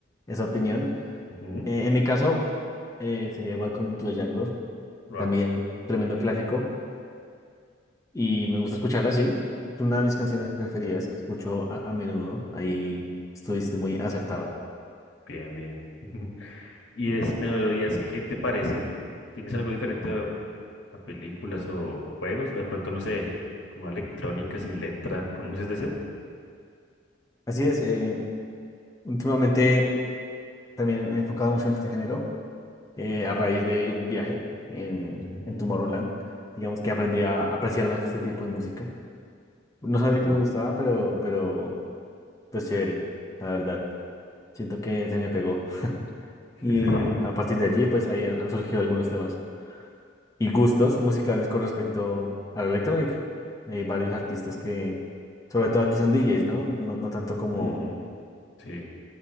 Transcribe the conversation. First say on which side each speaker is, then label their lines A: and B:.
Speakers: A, on the left; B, on the left.
A: esa opinión.
B: Ujú,
A: Eh, en mi caso, eh, sería Welcome to the Jungle,
B: Wow,
A: también tremendo clásico, y me gusta escucharla así. Es una de mis canciones preferidas que escucho a, a menudo. Ahí estuviste muy acertado.
B: bien, bien. <laughs> ¿Y es melodías, qué te parece? ¿Tienes algo diferente a, a películas o, o juegos? O de pronto, no sé, como la electrónica sin letra, ¿conoces de eso?
A: Así es, eh, últimamente también me he enfocado mucho en este género. eh, a raíz de un viaje en,
B: Mm,
A: en Tomorrowland. Digamos que aprendí a apreciar más este tipo de música. No sabía
B: uy.
A: que me gustaba, pero, pero pues chévere, la verdad. Siento que se me pegó.
B: <laughs>
A: Y a partir de allí, pues ahí han, han surgido algunos temas y gustos musicales con respecto a la electrónica. Hay varios artistas que, sobre todo aquí son DJs, ¿no? No, no tanto como
B: Mm, sí,